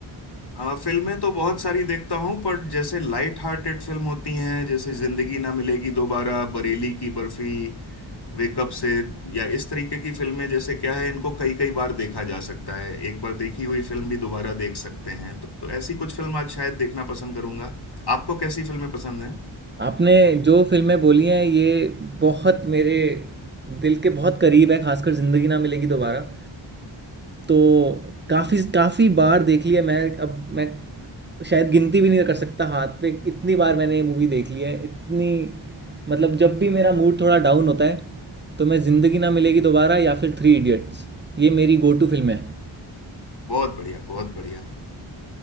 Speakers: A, on the left (about 50°); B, on the right (about 25°).
A: हाँ फिल्में तो बहुत सारी देखता हूँ पर जैसे लाइट हार्टेड फिल्म होती हैं जैसे ज़िंदगी ना मिलेगी दोबारा बरेली की बर्फी वेकअप से या इस तरीके की फिल्में जैसे क्या है इनको कई कई बार देखा जा सकता है एक बार देखी हुई फिल्म भी दोबारा देख सकते हैं तो, तो ऐसी कुछ फिल्म आज शायद देखना पसंद करूंगा आपको कैसी फिल्में पसंद हैं
B: आपने जो फिल्में बोली हैं ये बहुत मेरे दिल के बहुत करीब है खासकर ज़िंदगी ना मिलेगी दोबारा तो काफ़ी काफ़ी बार देख ली है मैं अब मैं शायद गिनती भी नहीं कर सकता हाथ पे इतनी बार मैंने ये मूवी देख ली है इतनी मतलब जब भी मेरा मूड थोड़ा डाउन होता है तो मैं ज़िंदगी ना मिलेगी दोबारा या फिर थ्री इडियट्स ये मेरी गो टू फिल्में हैं
A: बहुत बढ़िया बहुत बढ़िया